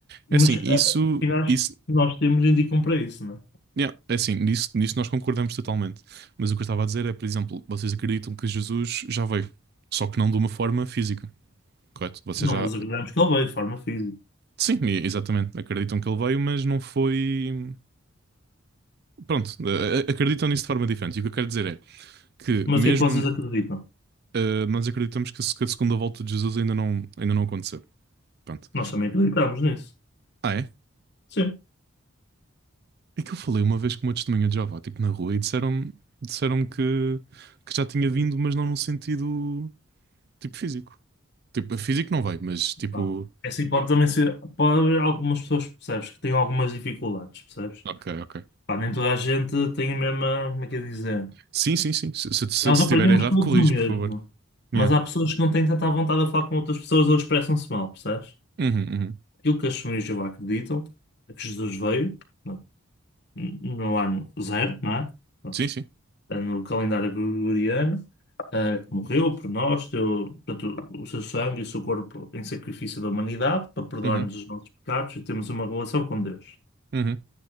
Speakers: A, on the left; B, on the right.
A: mas
B: É assim, isso,
A: ah, os sinais
B: isso,
A: que nós temos indicam para isso, não é?
B: yeah, é assim, nisso, nisso nós concordamos totalmente. Mas o que eu estava a dizer é, por exemplo, vocês acreditam que Jesus já veio, só que não de uma forma física, correto? Vocês
A: Não
B: já,
A: nos acreditamos que ele veio de forma física.
B: sim, e- exatamente, acreditam que ele veio, mas não foi. Pronto, a- a- acreditam nisso de forma diferente. E o que eu quero dizer é que,
A: Mas
B: mesmo
A: o que é que vocês acreditam?
B: eh, nós acreditamos que a se- que a segunda volta de Jesus ainda não, ainda não aconteceu. Pronto.
A: Nós também acreditamos nisso.
B: Ah, é?
A: Sim.
B: É que eu falei uma vez com uma testemunha de Jeová, tipo, na rua, e disseram-me disseram-me que, que já tinha vindo, mas não num sentido, tipo, físico. Tipo, físico não vai, mas, tipo...
A: Pá, Essa hipótese também ser. Pode haver algumas pessoas, percebes, que têm algumas dificuldades, percebes?
B: Ok, ok.
A: Pá, nem toda a gente tem a mesma, como é que é dizer?
B: Sim, sim, sim. Se, se, se
A: Nós
B: estiver
A: aprendemos
B: errado,
A: todos
B: corrige,
A: o mesmo,
B: por favor. Yeah.
A: mas há pessoas que não têm tanta vontade de falar com outras pessoas ou expressam-se mal, percebes?
B: Uhum, uhum.
A: Aquilo que as famílias de Jeová acreditam é que Jesus veio não, no ano zero, não é? Pronto.
B: Sim, sim.
A: É No calendário gregoriano, eh, que morreu por nós, deu, portanto, o seu sangue e o seu corpo em sacrifício da humanidade para perdoar-nos
B: Uhum,
A: os nossos pecados e termos uma relação com Deus.
B: uhum.